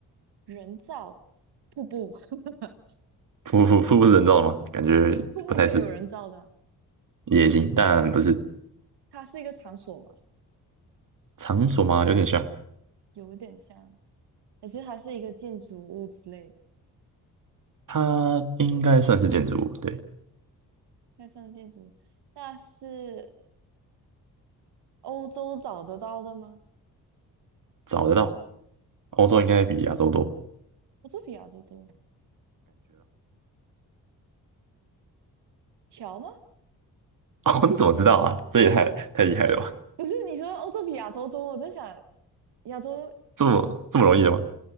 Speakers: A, on the right; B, on the right.
A: 人造瀑布？<laughs>
B: 瀑布瀑布是人造的吗？感觉不太是，
A: 瀑布可以有人造的，
B: 也行，但不是
A: 它是一个场所嘛，
B: 场所吗？有点像，
A: 有点像，而且它是一个建筑物之类的，
B: 它应该算是建筑物，对，
A: 那算是建筑物。那是欧洲找得到的吗？
B: 找得到，欧洲应该比亚洲多。<laughs>
A: 欧洲比亚洲多，桥吗？<laughs>
B: 哦，你怎么知道啊？这也太太厉害了吧？
A: 不是，你说欧洲比亚洲多，我在想亚洲
B: 这么这么容易的吗？